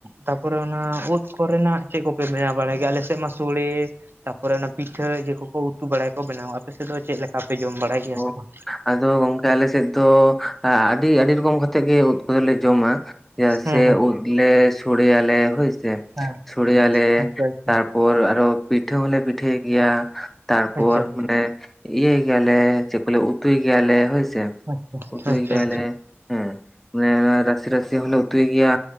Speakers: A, on the right (about 50°); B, in the centre.
A: ᱛᱟᱨᱯᱚᱨᱮ ᱚᱱᱟ ᱩᱫ ᱠᱚᱨᱮᱱᱟᱜ ᱪᱮᱫ ᱠᱚᱯᱮ ᱵᱮᱱᱟᱣ ᱵᱟᱲᱟᱭ ᱜᱮᱭᱟ ᱟᱞᱮ ᱥᱮᱫ ᱢᱟ ᱥᱳᱲᱮ᱾ ᱛᱟᱯᱚᱨᱮ ᱚᱱᱟ ᱯᱤᱴᱷᱟᱹ ᱡᱮᱹ ᱠᱚᱠᱚ ᱩᱛᱩ ᱵᱟᱲᱟᱭᱟᱠᱚ ᱵᱮᱱᱟᱣᱟ ᱟᱯᱮ ᱥᱮᱫ ᱫᱚ ᱪᱮᱫ ᱞᱮᱠᱟ? ᱯᱮ ᱡᱚᱢ ᱵᱟᱲᱟᱭ ᱜᱮᱭᱟ
B: ᱚ
A: ᱥᱮ ᱵᱟᱝ?
B: ᱟᱫᱚ ᱜᱚᱝᱠᱮ ᱟᱞᱮ ᱥᱮᱫ ᱫᱚ ᱟᱸ ᱟᱹᱰᱤ ᱟᱹᱰᱤ ᱨᱚᱠᱚᱢ ᱠᱟᱛᱮᱫ ᱜᱮ ᱩᱫ ᱠᱚᱫᱚᱞᱮ ᱡᱚᱢᱟ ᱪᱮᱫᱟᱜ
A: ᱦᱩᱸ
B: ᱥᱮ
A: ᱦᱩᱸ
B: ᱩᱫ ᱞᱮ ᱥᱳᱲᱮᱭᱟᱞᱮ ᱟᱞᱮ ᱦᱳᱭ ᱥᱮ
A: ᱦᱮᱸ
B: ᱥᱳᱲᱮᱭᱟᱞᱮ ᱟᱞᱮ
A: ᱟᱪᱪᱷᱟ ᱟᱪᱪᱷᱟ
B: ᱛᱟᱨᱯᱚᱨ ᱟᱨᱚ ᱯᱤᱴᱷᱟᱹ ᱦᱚᱸᱞᱮ ᱯᱤᱴᱷᱟᱹᱭ ᱜᱮᱭᱟ ᱛᱟᱨᱯᱚᱨ
A: ᱟᱪᱪᱷᱟ
B: ᱢᱟᱱᱮ ᱤᱭᱟᱹ ᱜᱮᱭᱟᱞᱮ ᱪᱮᱫ ᱠᱚᱞᱮ ᱩᱛᱩᱭ ᱜᱮᱭᱟᱞᱮ ᱦᱳᱭᱥᱮ
A: ᱟᱪᱪᱷᱟ
B: ᱩᱛᱩᱭ
A: ᱟᱪᱪᱷᱟ
B: ᱜᱮᱭᱟᱞᱮ
A: ᱟᱪᱪᱷᱟ ᱟᱪᱪᱷᱟ
B: ᱦᱮᱸ ᱢᱮ ᱨᱟᱥᱮ ᱨᱟᱥᱮ ᱦᱚᱸᱞᱮ ᱩᱛᱩᱭ ᱜᱮᱭᱟ